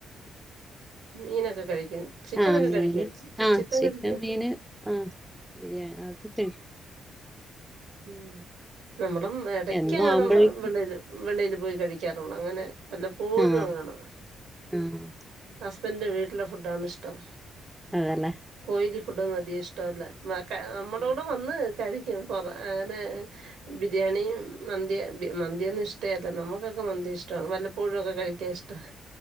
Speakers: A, on the right; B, in the centre.
A: മീനക്ക കഴിക്കും ചിക്കനക്ക
B: ആഹ് മീന്
A: കഴിക്കുവ
B: ആഹ്
A: ചിക്കൻ കഴിക്കുവ
B: മീന് ആഹ് ബിരിയാണി അതൊക്കെ കഴിക്കും
A: മ്മ് നമ്മളും എടക്കങ്ങാനും
B: എന്നും ആവുമ്പോഴേക്കും
A: വെളീല് വെളീല് പോയി കഴിക്കാറുള്ളൂ അങ്ങനെ വല്ലപ്പോഴും
B: ആഹ്
A: അങ്ങാനും
B: ആഹ്
A: ഹസ്ബൻഡ് വീട്ടില ഫുഡാണ് ഇഷ്ടം
B: അതല്ലേ
A: ഓയിലി ഫുഡൊന്നും അധികം ഇഷ്ടവല്ല നക്കെ നമ്മളോടും
B: ആഹ്
A: വന്ന് കഴി ക്കും പൊറ അങ്ങനെ ബിരിയാണീം മന്തി മന്തിയൊന്നും ഇഷ്ടേയല്ല നമ്മുക്കൊക്ക മ ഇഷ്ടാണ് വല്ലപ്പോഴുവൊക്കെ കഴിക്കാൻ ഇഷ്ട